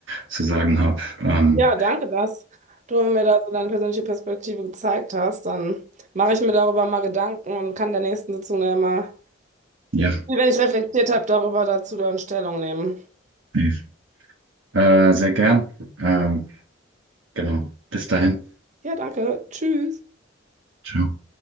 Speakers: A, on the right; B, on the right.
A: zu sagen habe. Ähm,
B: Ja, danke, dass du mir da so deine persönliche Perspektive gezeigt hast. Dann mache ich mir darüber mal Gedanken und kann in der nächsten Sitzung ja mal,
A: Ja,
B: wenn ich reflektiert habe, darüber dazu dann Stellung nehmen.
A: definitiv. äh, sehr gern. Ähm, genau. Bis dahin.
B: Ja, danke. Tschüss.
A: Ciao.